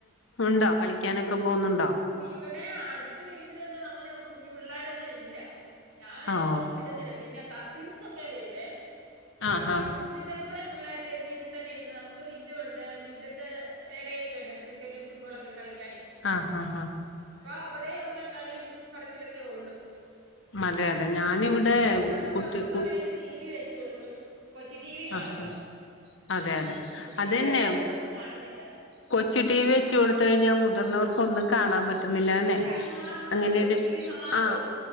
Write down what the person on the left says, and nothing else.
ഉണ്ടോ കളിക്കാനൊക്കെ പോകുന്നുണ്ടോ?
ആഹ്
ആഹ്
ആഹഹ
അതെ അതെ ഞാനിവിടെ
കുട്ടി
കു
ആഹ ആ അതെ അതെ
അതെന്നെ
കൊച്ച് ടി വി വെച്ച് കൊടുത്ത കഴിഞ്ഞാൽ മുതിർന്നവർക് ഒന്നും കാണാൻ പറ്റില്ല. പറ്റുന്നില്ലന്നെ
അങ്ങനെരു
ആ